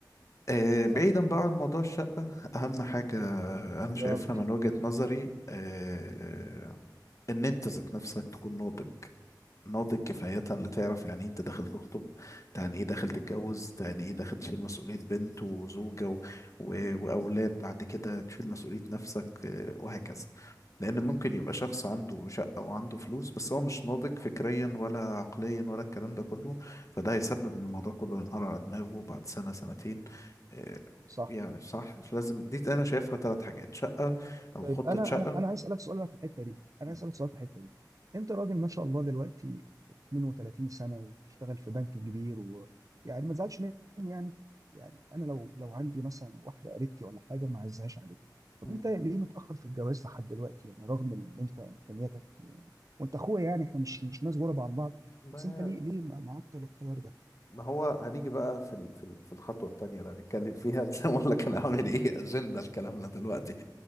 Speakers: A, on the left (about 45°); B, on the right (about 50°).
A: آه،
B: صح
A: بعيدا بقى عن موضوع الشقة أهم حاجة أنا
B: يلا
A: شايفها من وجهة نظري آه، ان انت ذات نفسك تكون ناضج ناضج كفاية اللي تعرف يعني ايه انت داخل تخطب يعني ايه داخل تتجوز يعني ايه داخل تشيل مسؤولية بنت وزوجة و... و... واولاد بعد كده تشيل مسؤولية نفسك آه، وهكذا لان ممكن يبقى شخص عنده شقة وعنده فلوس بس هو مش ناضج فكريا ولا عقليا ولا الكلام ده كله فده هيسبب ان الموضوع كله ينهار على دماغه بعد سنة سنتين آه،
B: <laughs> صح.
A: يعني صح لازم دي انا شايفها ثلاث حاجات شقة او
B: طيب
A: خطة
B: انا
A: شقة
B: انا انا عايز اسالك سؤال بقى في الحته دي انا
A: مم.
B: عايز اسالك سؤال في الحته دي انت راجل ما شاء الله دلوقتي 32 سنه واشتغل في بنك كبير ويعني ما تزعلش مني يعني يعني انا لو لو عندي مثلا واحده قريبتي ولا حاجه ما اعزهاش عليك طب
A: مم.
B: انت ليه متاخر في الجواز لحد دلوقتي يعني رغم ان انت امكانياتك يعني وانت اخويا يعني احنا مش مش ناس غرب عن بعض
A: ما
B: بس انت ليه ليه معطل القرار ده
A: ما هو هنيجي بقى في ال... في ال... في الخطوة التانية اللي هنتكلم فيها <laughs> لازم اقول لك انا عامل ايه اجندة لكلامنا دلوقتي